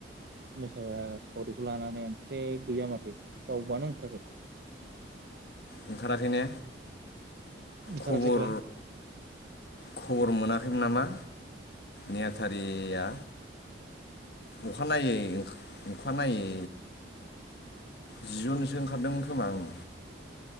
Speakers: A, on the right; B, on the left.
A: मोसाखावरिखौ लानानै ओमफ्रायो गैया माथो रावबोआनो ओंखाराखै
B: ओंखाराखै ने
A: ओंखाराखैथ'
B: खबर खबर मोनाखैमोन नामा नेहाथारिया अखानायै अखानायै जियनसो ओंखारदोंमोन खोमा आङो